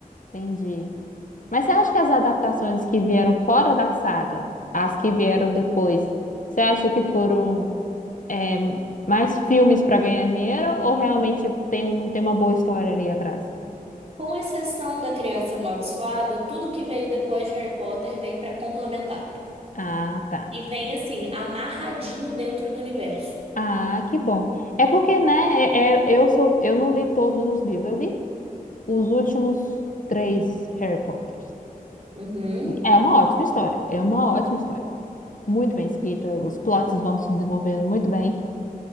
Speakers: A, on the left; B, on the right.
A: Entendi. Mas você acha que as adaptações que vieram fora da saga, as que vieram depois, você acha que foram é, mais filmes para ganhar dinheiro ou realmente tem, um, tem uma boa história ali atrás?
B: Com exceção da Criança Amaldiçoada, tudo que veio depois de Harry Potter vem pra complementar.
A: Ah, tá.
B: E vem assim, amarradinho dentro do universo.
A: Ah, que bom. É porque, né, é- é- eu sou, eu não li todos os livros, eu li os últimos três Harry Potters.
B: Uhum.
A: É uma ótima história, é uma ótima história. Muito bem escrita, os plots vão se desenvolvendo muito bem.